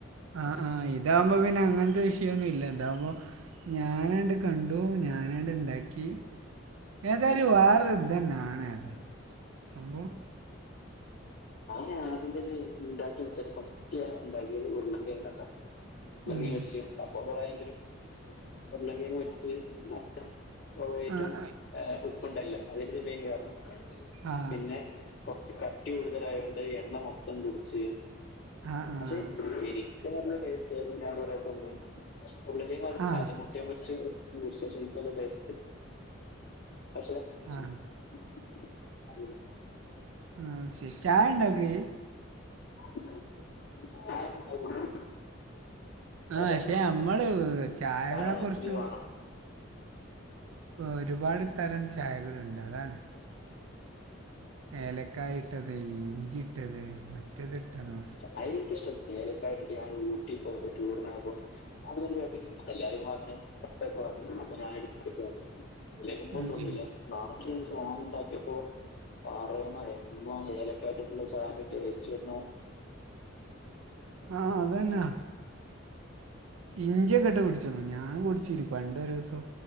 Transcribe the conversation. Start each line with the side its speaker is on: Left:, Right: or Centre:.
Right: ആഹ് ആഹ് ഇതാകുമ്പോ പിന്നെ അങ്ങനത്തെ വിഷയമൊന്നും ഇല്ല ഇതാവുമ്പോ. ഞാനാണ്ട് കണ്ടു ഞാനാണ്ട് ഉണ്ടാക്കി. ഏതായാലും
Left: ഉം
Right: വേറെ ഇതു തന്നെയാണ് അത് സംഭവം.
Left: ഞാൻ ആദ്യതന്നെ ഉണ്ടാക്കിനെ വച്ചാല് ഫസ്റ്റ് ഉണ്ടാക്കിയത് ഉരുളൻ കിഴങ്ങ് കേട്ടോ. അംഗീകരിച്ചു
Right: ഉം
Left: സംഭവം കൊള്ളാമെങ്കിലും ഒന്നെങ്കിൽ മൊരിച്ച്. ആഹ് സ്വാഭാവികം ആയിട്ടും
Right: ആഹ്
Left: ഉപ്പുണ്ടല്ലോ അതായിരിക്കും മെയിൻ കാരണം.
Right: ആഹ്
Left: പിന്നെ കൊറച്ച് കട്ടി കൂടുതലായുകൊണ്ട് എണ്ണ മൊത്തം കുടിച്ച്.
Right: ആഹ് ആഹ്
Left: അല്ലെ ശരിക്കും നല്ല ടേസ്റ്റ് ആയിരുന്നു ഞാൻ കൊറെ തിന്നു. ഒന്നെങ്കിൽ മടുത്താലെ
Right: ആഹ്
Left: <unintelligible> പക്ഷേ?
Right: ആഹ്
Left: <unintelligible>
Right: ആഹ് ശരി ചായ ഉണ്ടോക്കേ.
Left: <unintelligible> നല്ല
Right: ആഹ്
Left: ചാർജറില്ല
Right: പക്ഷെ നമ്മള് ചായകളെ
Left: കാണാതെ
Right: കുറച്ച്.
Left: പുതിയ വാങ്ങണം
Right: ഒരുപാട് തരം ചായകളുണ്ട് അതാണ്. ഏലക്കായ് ഇട്ടത് ഇഞ്ചി ഇട്ടത്. ഇത്തിരി തിരക്കാണോ.
Left: ആയിരിക്കും, എനിക്ക് ഇഷ്ടം ഏലയ്ക്ക ഇട്ടിട്ട് ഞാനൊരു ടീ സ്പൂൺ ഇട്ടിട്ട് ടൂർ പോകുന്നു ആർക്കോ <unintelligible> എല്ലാരും. അപ്പൊ അങ്ങനെ ഷർട്ട്‌ ഒക്കെ വാങ്ങി അപ്പൊ ഞാൻ എടുത്തിട്ട് വന്നു ഇളകുമ്പോൾ
Right: ഉം
Left: തോന്നിയില്ല.
Right: ഉം
Left: നമുക്ക്‌ ഇനി സാധനം ഉണ്ടാക്കിയപ്പോ പാറയണ എന്നോലും. കേട്ടിട്ടുള്ള സാധനം ടേസ്റ്റ് വരും.
Right: ആഹ് അതന്നെ. ഇഞ്ചിയൊക്കെ ഇട്ട് കുടിച്ചോണോ ഞാൻ കുടിച്ചിന് പണ്ടൊരു ദിവസം.